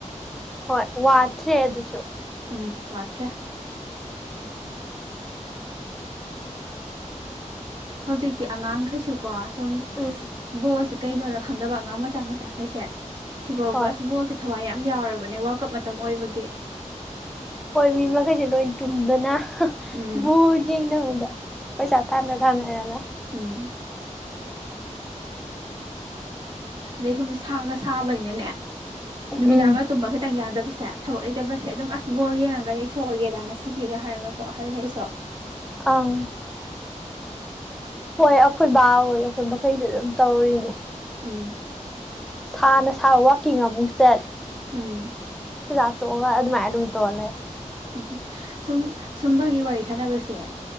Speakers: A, in the centre; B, on the right.
A: ꯍꯣꯏ ꯋꯥꯠꯇ꯭ꯔꯦ ꯑꯗꯨꯁꯨ
B: ꯎꯝ ꯋꯥꯠꯇ꯭ꯔꯦ꯫ ꯍꯧꯖꯤꯛꯇꯤ ꯑꯉꯥꯡꯈꯩꯁꯨ ꯀꯣ ꯁꯨꯝ
A: ꯎꯝ
B: ꯕꯣꯁ꯫ ꯀꯩꯅꯣꯅ ꯈꯪꯗꯕ ꯑꯉꯥꯡ ꯃꯆꯥ ꯃꯆꯥꯈꯩꯁꯦ ꯁꯤꯐꯥꯎꯕ
A: ꯍꯣꯏ
B: ꯑꯁ ꯃꯣꯟꯁꯦ ꯊꯋꯥꯏ ꯌꯥꯎ꯫ ꯌꯥꯝ ꯌꯥꯎꯔꯕꯅꯦ ꯋꯥꯀꯞ ꯃꯇꯝ ꯑꯣꯏꯕꯒꯤ꯫
A: ꯍꯣꯏ ꯃꯤ ꯃꯈꯩꯁꯦ ꯂꯣꯏ ꯇꯨꯝꯗꯅ
B: ꯎꯝ
A: ꯕꯣꯜ ꯌꯦꯡꯅꯕꯗ꯫ ꯄꯩꯁꯥ ꯊꯥꯅ ꯊꯥꯅꯔꯒ꯫
B: ꯎꯝ꯫ ꯑꯗꯩ ꯁꯨꯝ ꯁꯥꯒ ꯁꯥꯕꯅꯤꯅꯅꯦ ꯅꯨꯃꯤꯗꯥꯡꯒ
A: ꯎꯝ
B: ꯇꯨꯝꯕ ꯈꯤꯇꯪ ꯌꯥꯗꯕ꯫ ꯁꯦ ꯊꯕꯛ ꯂꯩꯇꯕꯁꯦ ꯑꯗꯨꯝ ꯑꯁ ꯕꯣꯜ ꯌꯦꯡꯉꯒ ꯂꯩꯊꯣꯛꯑꯒꯦꯗ ꯉꯁꯤꯗꯤꯒ ꯍꯥꯏꯔꯒꯀꯣ ꯑꯍꯜꯒꯩꯁꯨ꯫
A: ꯑꯪ꯫ ꯍꯣꯏ ꯑꯩꯈꯣꯏ ꯕꯥ <unintelligible> ꯃꯈꯩꯁꯨ ꯑꯗꯨꯝ ꯇꯧꯔꯤꯅꯦ꯫
B: ꯎꯝ꯫
A: ꯁꯥꯅ ꯁꯥꯕ ꯋꯥꯛꯀꯤꯡ ꯑꯃꯨꯛ ꯆꯠ꯫
B: ꯎꯝ꯫
A: ꯆꯖꯛ ꯇꯣꯛꯑꯒ ꯑꯗꯨꯃꯥꯏ ꯑꯗꯨꯝ ꯇꯧꯂꯩ꯫
B: ꯎꯝ ꯎꯝ ꯁꯨꯝ ꯁꯨꯝꯕꯒꯤ ꯋꯥꯔꯤ ꯁꯥꯟꯅꯕꯁꯦ